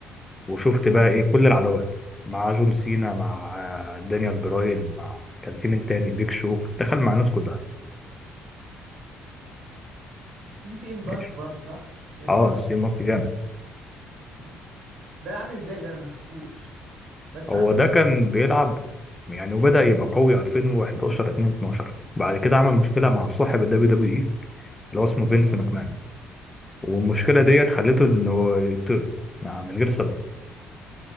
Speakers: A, on the left; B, on the right.
A: وشفت بقى ايه كل العداوات مع جون سينا مع آه، دانيال براين مع كان في مين تاني بيك شو دخل مع الناس كلها
B: في سي ام
A: ماشي
B: بانك برضه صح سي ام
A: اه
B: بانك
A: سي مونكي جامد
B: مم. ده عامل ازاي ده انا ما شفتوش بسمع
A: هو
B: عنه بس
A: ده
B: ما
A: كان
B: شفتوش
A: بيلعب يعني وبدأ يبقى قوي 2011 2012 بعد كده عمل مشكلة مع صاحب الدبليو دبليو اي اللي هو اسمه فينس
B: اه
A: ماكمان والمشكلة ديت خلته انه يطرد مع- من غير سبب